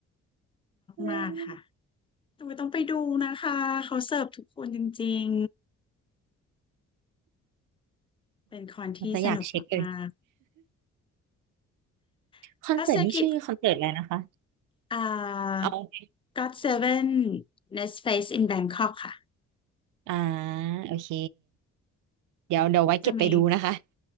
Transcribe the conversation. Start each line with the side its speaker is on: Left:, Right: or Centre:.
Right: <laughs>
Left: มากๆค่ะต้องไปต้องไปดูนะคะเขาเสิร์ฟทุกคนจริงๆเป็นคอนที่สนุกมาก
Right: เราจะอยากเช็คเลย
Left: ๆแล้วเซอร์กิต
Right: คอนเสิร์ตนี่ชื่อคอนเสิร์ตอะไรนะคะ
Left: อ่า
Right: เอา
Left: ก o ดเซเวน Nest Space in Bangkok ค่ะ
Right: อ่าโอเคเดี๋ยวเดี๋ยวไว้เก็บไปดูนะคะ
Left: จะมี